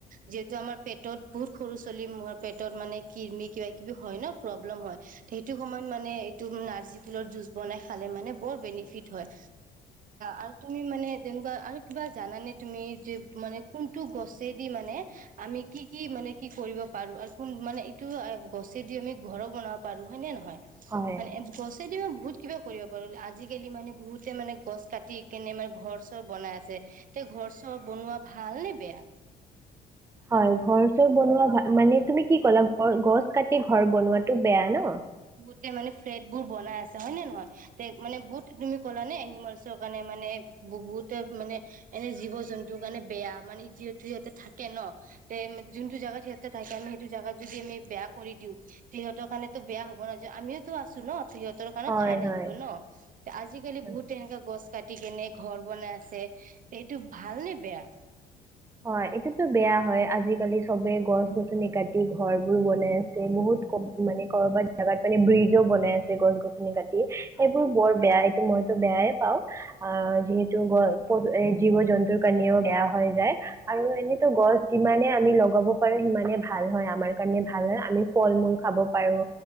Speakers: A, on the right; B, on the right.
A: যিহেতু আমাৰ পেটত বহুত সৰু চলিৰ পেটত মানে কিৰমি কিব কিবি হয় ন' প্ৰব্লেম হয় সেইটো সময়ত মানে তুমি নাৰ্জী ফুলৰ জুচ বনাই খালে মানে বৰ বেনিফিট হয় আৰু তুমি মানে তেনেকুৱা আৰু কিবা জানানে তুমি যে মানে কোনটো গছেদি মানে আমি কি কি মানে কি কৰিব পাৰো আৰু কোন মানে ইটো গছেদি আমি ঘৰ বনাব পাৰো হয়ে নে নহয়।
B: হয়
A: মানে এইবোৰ গ যদি মই বহুত কিবা কৰিব পাৰো আজিকালি মানে বহুতে মানে গছ কাটি দি কিনে মানে ঘৰ চৰ বনাই আছে। তে ঘৰ চৰ বনোৱা ভাল নে বেয়া?
B: হয় ঘৰ চৰ বনোৱা মানে তুমি কি ক'লা গছ কাটি এ ঘৰ বনোৱাটো বেয়া ন।
A: তাতে মানে ফ্লেট বোৰ বনাই আছে। হয় নে নহয় তে মানে বহুত তুমি ক'লা নে এনিমেলছৰ কাৰণে মানে বহুতে মানে এনে জীৱ জন্ত টো কাৰণে বেয়া মানে যিহেতু সিহঁতে থাকে ন তে যোনটো জেগাত সিহতে থাকে আমি সেইটো জেগাত যদি আমি বেয়া কৰি দিও সিহঁতৰ কাৰণেতো বেয়া হ'ব ন' যে আমিও তো আছো ন' সিহঁতৰ কাৰণে
B: হয়
A: ঠাই লাগিব
B: হয়
A: ন আজিকালি
B: হয়
A: বহুত তেনেকা গছ কাটি ইপিনে ঘৰ বনাই আছে এইটো ভাল নে বেয়া?
B: হয়, এইটো বেয়া হয়েই আজিকালি সবে গছ গছনি কাটি ঘৰ বোৰ বনাই আছে। বহুত কব মানে কৰবাত। জাগাত মানে ব্ৰিজো বনাই আছে গছ গছনি কাটি এইবোৰ বৰ বেয়া। এইটো মইতো বেয়াই পাওঁ অহ'যিহেতু জীৱ-জন্তুৰ কনেও বেয়া হৈ যায়। আৰু এনেতো গছ যিমানে আমি লগাব পাৰো সিমানে ভাল হয় আমাৰ কাৰণে ভাল হয়, আমি ফল মূল খাব পাৰো